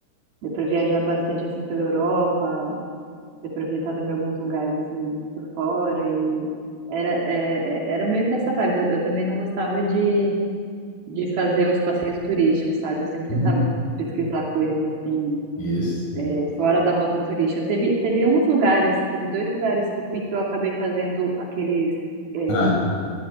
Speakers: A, on the right; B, on the left.
A: deu para viajar bastante, assim, pela Europa, deu para visitar também alguns lugares, assim, por fora. E era, eh, era meio que essa vibe. Eu, eu também não gostava de, de fazer os passeios turísticos, sabe? Eu sempre
B: Uhum.
A: tentava pesquisar coisas, assim
B: Isso.
A: fora da rota turística. Teve, teve uns lugares, teve dois lugares que eu fui que eu acabei fazendo aqueles, é,
B: Ah,